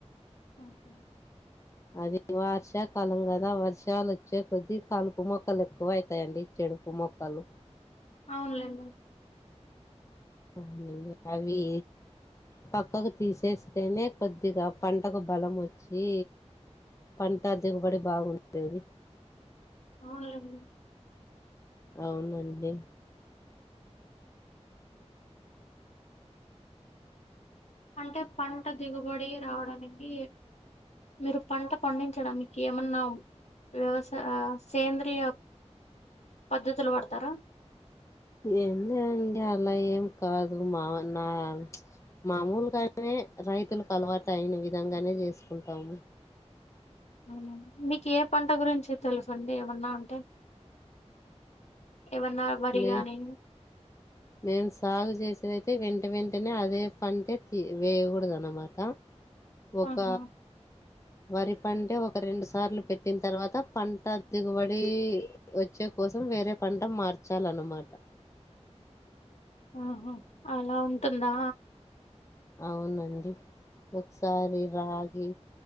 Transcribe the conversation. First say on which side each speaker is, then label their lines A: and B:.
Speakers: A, on the left (about 75°); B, on the left (about 25°).
A: ఆహ
B: అది వర్షాకాలం కదా వర్షాలు వచ్చే కొద్ది కలుపు మొక్కలు ఎక్కువ అవుతాయండి చెడుపు మొక్కలు
A: అవునులేండి
B: అవునండి అవీ పక్కకు తీసేస్తేనే కొద్దిగా పంటకు బలం వచ్చి పంట దిగుబడి బాగుండేది
A: అవులెండి
B: అవునండి
A: అంటే పంట దిగుబడి రావడానికి మీరు పంట పండించడానికి ఏమన్నా వ్యవసా సేంద్రీయ పద్ధతులు పడతారా
B: ఏంలేదండీ అలా ఏం కాదు మా నా మామూలుగానే రైతులకు అలవాటు అయిన విధంగానే చేసుకుంటాము
A: అవునా. మీకు ఏ పంట గురించి తెలుసండి ఏమన్నా అంటే ఏమన్నా వరి
B: మే
A: గానీ
B: మేము సాగు చేసేదైతే వెంట వెంటనే అదే పంటే వేయకూడదనమాట ఒక
A: ఆహా
B: వరి పంటే ఒక రెండు సార్లు పెట్టిన తర్వాత పంట దిగుబడి వచ్చే కోసం వేరే పంట మార్చాలనమాట
A: ఆహా అలా ఉంటుందా
B: అవునండి ఒకసారి రాగి